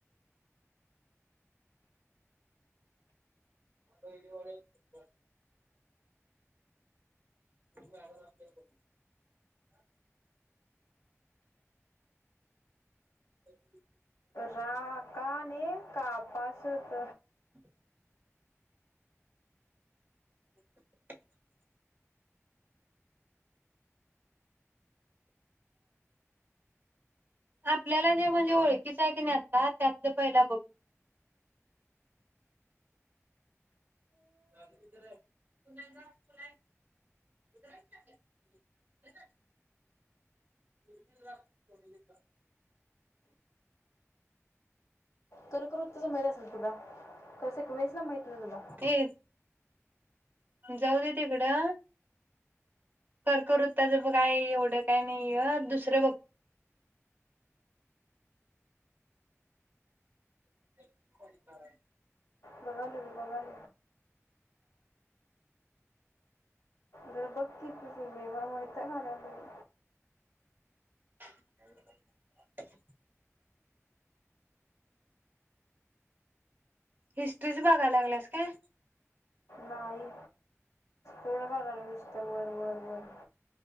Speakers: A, on the right; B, on the left.
A: <unintelligible> <inaudible> <inaudible>
B: राग काने कापासत.
A: <inaudible> आपल्याला जे म्हणजे ओळखीचं हाय की नाय आत हा त्यातलं पहिला बुक <unintelligible>
B: करू-करू तं संभाळली अस तुला कस वेळेस ना माहित नाही तुला
A: ए जाऊ दे तिकडं कर्कवृत्ताच काय बग हाय एवढं काय नाही येतं दुसरं बग <unintelligible>
B: बघालोय - बघलोय जर बघकी तुझ मला वैताग आलाय लई
A: <inaudible> हिस्ट्रीच बघायला लागल्यास काय?
B: नाही <inaudible> वर वर वर